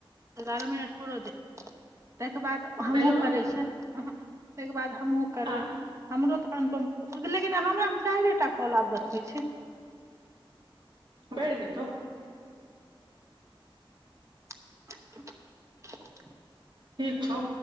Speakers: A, on the right; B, on the right.
A: एगरह मिनट पूरो दीही तय के बाद। हमहूँ
B: बेलहो
A: करै
B: ने
A: छियै आहा ताहि के बाद हमहूँ करबै।
B: आ
A: हमरो तऽ अनुपम लेकिन हमरा चारिए टा कॉल आब देखबै छी।
B: भेर जे तऽ
A: <unintelligible>
B: ठीक छौ।